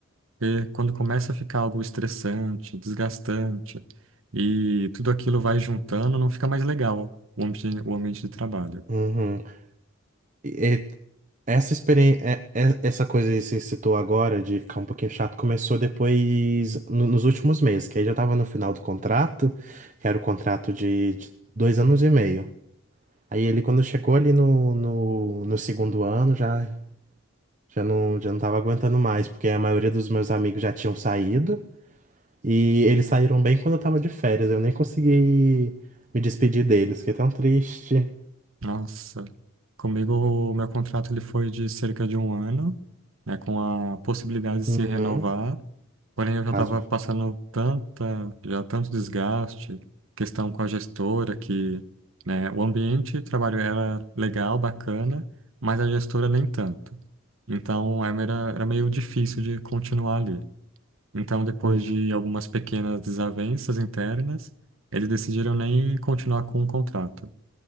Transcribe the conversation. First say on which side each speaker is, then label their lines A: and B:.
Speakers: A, on the right (about 70°); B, on the right (about 35°).
A: Porque quando começa a ficar algo estressante, desgastante, e tudo aquilo vai juntando, não fica mais legal o ambiente, o ambiente de trabalho.
B: Uhum. E, Essa experiência, essa coisa que você citou agora de ficar um pouquinho chato começou depois, no- nos últimos meses, que aí já tava no final do contrato, que era o contrato de, de dois anos e meio. Aí ele, quando chegou ali no, no, no segundo ano, já, já não, já não tava aguentando mais, porque a maioria dos meus amigos já tinham saído, e eles saíram bem quando eu tava de férias, eu nem consegui me despedir deles, fiquei tão triste.
A: Nossa, comigo o meu contrato ele foi de cerca de um ano, né, com a possibilidade de se
B: Uhum,
A: renovar. Porém, eu já
B: caso.
A: estava passando tanta, já tanto desgaste, questão com a gestora que, né, o ambiente de trabalho era legal, bacana, mas a gestora nem tanto. Então, é, era, era meio difícil de continuar ali. Então, depois
B: Hum,
A: de algumas pequenas desavenças internas, eles decidiram nem continuar com o contrato.